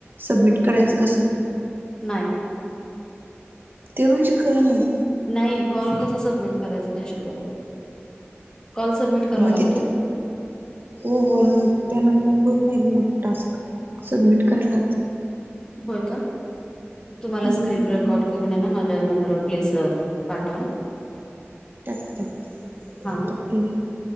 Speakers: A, on the right; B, on the left.
A: सबमिट करायच कस.
B: नाही.
A: ते पण शिकवले नाय.
B: नाही कॉल कस सबमिट करायच नाही शिकवलं कॉल सबमिट. करावा
A: मग
B: लागतो
A: त हो हो मग त्यानंतर होत नाही मग टास्क. सबमिट करायला लागतं.
B: होय का मी तुम्हाला
A: हम्म
B: स्क्रीनवर. रेकॉर्ड करून ना माझ्या नंबर वर प्लीज पाठवा.
A: त्यात काय पाठवतो
B: हा
A: की.